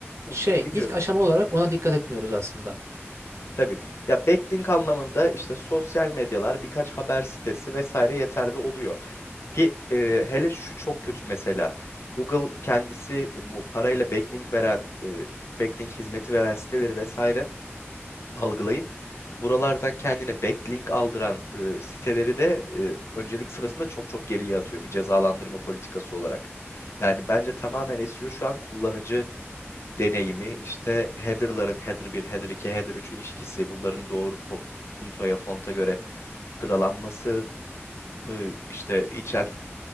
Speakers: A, on the left; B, on the right.
A: Hı,
B: şey
A: Dinliyorum.
B: ilk aşama olarak ona dikkat etmiyoruz aslında.
A: Tabii. Ya backlink anlamında işte sosyal medyalar, birkaç haber sitesi vesaire yeterli oluyor. Ki e, hele şu çok kötü mesela. Google kendisi e, bu parayla backlink veren, e, backlink hizmeti veren siteleri vesaire algılayıp buralardan kendine backlink aldıran e, siteleri de e, öncelik sırasında çok çok geriye atıyor bir cezalandırma politikası olarak. Yani bence tamamen SEO şu an kullanıcı deneyimi işte header'ların header bir header 2 header 3 ilişkisi, bunların doğru po- puntoya, fonta göre sıralanması, e, işte içen